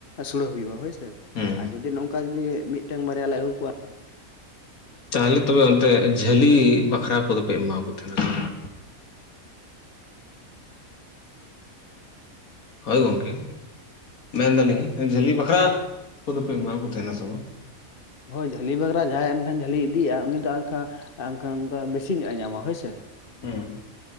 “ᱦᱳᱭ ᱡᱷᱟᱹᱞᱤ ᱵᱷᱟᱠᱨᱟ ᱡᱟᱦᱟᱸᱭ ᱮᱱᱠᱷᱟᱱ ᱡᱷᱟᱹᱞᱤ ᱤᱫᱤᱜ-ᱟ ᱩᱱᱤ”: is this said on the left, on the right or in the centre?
Left